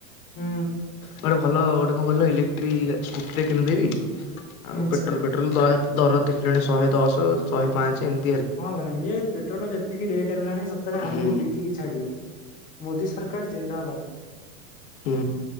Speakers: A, on the left (about 20°); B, on the left (about 85°).
A: ହୁଁ
B: ଗୋଟେ ଭଲ ଗୋଟେ କଣ କିଲ ଇଲେକ୍ଟ୍ରିକ୍ ସ୍କୁଟିରେ କିଣିଦେବି ଆଉ
A: ଆଚ୍ଛା
B: ପେଟ୍ରୋଲ ପ ପେଟ୍ରୋଲ ଦର ଦେଖିଲାଣି ଶହେ ଦଶ ଶହେ ପାଞ୍ଚ ଏମତି।
A: ହଁ ଭାଇ ଇଏ ପେଟ୍ରୋଲର ଯେତିକି ରେଟ୍ ହେଲାଣି ସତରେ ଆମକୁ
B: ହୁଁ।
A: ବିକି ଛାଡିବ ମୋଦି ସରକାର ଜିନ୍ଦାବାଦ।
B: ହୁଁ